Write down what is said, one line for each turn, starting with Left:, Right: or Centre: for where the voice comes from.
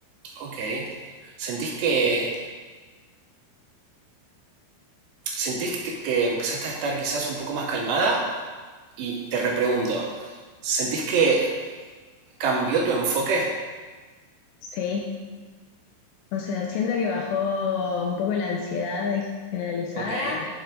Right: Ok, ¿sentís que ¿Sentís que empezaste a estar quizás un poco más calmada? Y te repregunto, ¿sentís que cambió tu enfoque?
Left: Sí, o sea, siento que bajó un poco la ansiedad generalizada
Right: Ok,